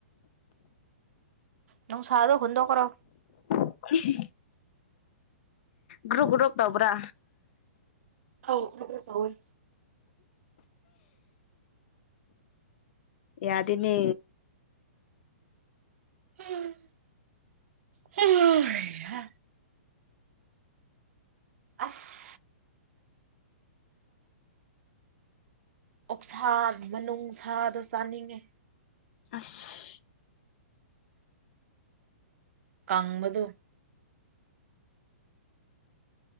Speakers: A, on the right; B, on the left.
A: ꯅꯨꯡꯁꯥꯗꯨ ꯍꯨꯟꯗꯣꯛ ꯈ꯭ꯔꯣ
B: <unintelligible> ꯒ꯭ꯔꯨꯞ ꯒ꯭ꯔꯨꯞ ꯇꯧꯕ꯭ꯔꯥ
A: ꯑꯧ ꯒ꯭ꯔꯨꯞ ꯒ꯭ꯔꯨꯞ ꯇꯧꯏ
B: ꯌꯥꯗꯦꯅꯦ
A: <inaudible> ꯍꯩ ꯍꯥ ꯑꯁ ꯑꯣꯛꯁꯥ ꯃꯅꯨꯡꯁꯥꯗꯣ ꯆꯥꯅꯤꯡꯉꯦ꯫
B: ꯑꯁ꯫
A: ꯀꯪꯕꯗꯨ꯫